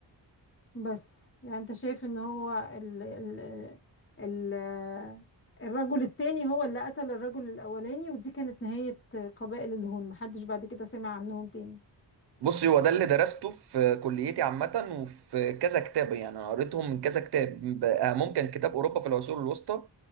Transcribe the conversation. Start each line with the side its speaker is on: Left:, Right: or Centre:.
Left: بس يعني انت شايف ان هو ال ال ال الرجل التاني هو اللي قتل الرجل الاولاني ودي كانت نهاية قبائل الهون محدش بعد كده سمع عنهم تاني
Right: بص هو ده اللي درسته في كليتي عامة وفي كذا كتاب يعني انا قريتهم من كذا كتاب بقى ممكن كتاب اوروبا في العصور الوسطى